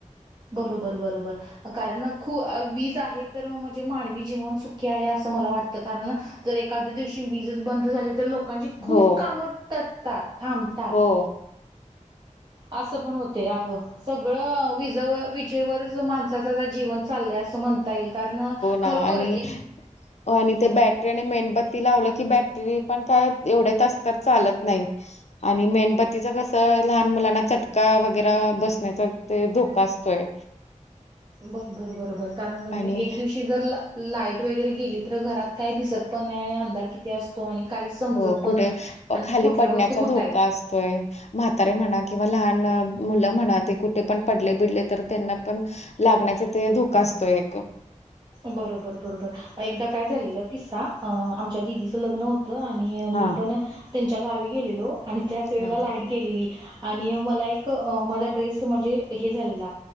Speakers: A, on the right; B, on the left.
A: बरोबर बरोबर. कारण खू वीज आहे तर म्हणजे मानवी जीवन सुखी आहे असं मला वाटतं. कारण जर एखाद्या दिवशी वजच बंद झाली, तर लोकांची खूप
B: हो,
A: कामं तटतात, थांबतात.
B: हो.
A: असं पण होतय अगं. सगळं विजव विजेवरच माणसाचा जीवन चाललंय असं म्हणता येईल. कारण खरोखर
B: ना आणि <inaudible> हो, आणि ते बॅटरी आणि मेणबत्ती लावलं की बॅटरी पण काय एवढे तास तर असत चालत नाही. आणि मेणबतीच कसं लहान मुलांना चटका वगेरा बसण्याचा ते धोका असतोय.
A: बरोबर बरोबर कारण कनी
B: आणि
A: एक दिवशी जर ल लाईट वगैरे गेली तर घरात काही दिसत पण नाही आणि अंधार किती अस तो आणि काही समजत
B: हो कुठे
A: पण नाही अन
B: खाली
A: कुठल्या
B: पडण्याचा
A: वस्तू कुठ आहेत.
B: <unintelligible> म्हातारे म्हणा किंवा लहान मुलं म्हणा ते कुठे पण पडले बिडले तर त्यांना पण लागण्याचा ते धोका असतो एक.
A: बरोबर बरोबर एकदा काय झालेलं किस्सा आमच्या दिदीचं लग्न हो <unintelligible> आणि
B: हा
A: मी पण त्यांच्या गावी गेलेलो आणि त्याच वेळेला
B: हा
A: लाईट गेलेली. आणि मला एक माझा ड्रेस म्हणजे हे झालेला.